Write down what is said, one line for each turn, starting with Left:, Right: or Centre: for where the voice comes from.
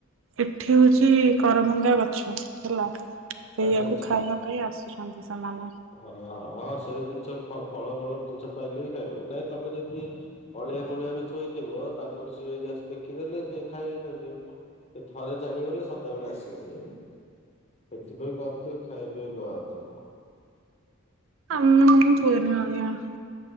Right: ଏଠି ହଉଚି କରମଙ୍ଗା ଗଛ ହେଲା ସେଇଆକୁ
Left: ଆଚ୍ଛା ଆଚ୍ଛା।
Right: ଖାଇବା ପାଇଁ ଆସୁଛନ୍ତି ସେମାନେ।
Left: ହଁ ହଁ ସେଇ ଜିନିଷ ଖଅ ଫଳ ଫଳ ଜିନିଷ ପାଇଲେ ବି ଖାଇବେ ନାଇଁ ତମେ ଯଦି ଅଳିଆ ମଳିଆ ବି ଥୋଇଥିବ ତାଙ୍କର ସିଏ ଦେଖିଦେଲେ ସିଏ ଖାଇବେ ତଯୋଉ ସେ ଥରେ ଜାଣିଗଲେ ସଦାବେଳେ ଆସିବେ ସେଇ ଜାଣି ସେଥିପାଇଁ କହନ୍ତି ଖାଇବା ପିଇବାକୁ ଦବା କଥା ନୁହେଁ।
Right: <unintelligible>